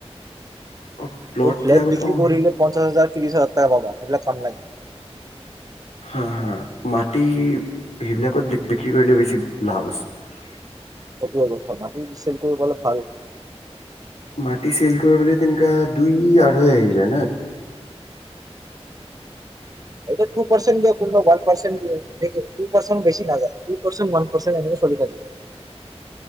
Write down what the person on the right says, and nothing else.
ত ফ্লেট
বিক্ৰী
কৰিলে পঞ্চাশ হাজাৰ ত্ৰিশ হাজাৰ টকা পাবা সেইবিলাক কাম নাই
সেটোৱে কথা মাটি ৰিসেল কৰিবলৈ ভাল
এটো টু পাৰ্চেন্ট দিয়ে কোনবা ওয়ান পাৰ্চেন্ট দিয়ে। এটো টু পাৰ্চেন্ট বেছি নাযায় টু পাৰ্চেট ওৱান পাৰ্চেট এনে চলি থাকে